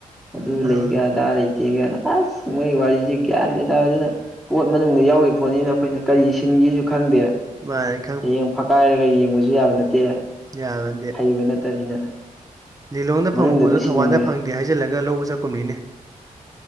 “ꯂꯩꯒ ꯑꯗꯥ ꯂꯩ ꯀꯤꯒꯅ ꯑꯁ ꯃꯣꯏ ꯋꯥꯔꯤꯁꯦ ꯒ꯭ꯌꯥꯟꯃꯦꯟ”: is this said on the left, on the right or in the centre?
Centre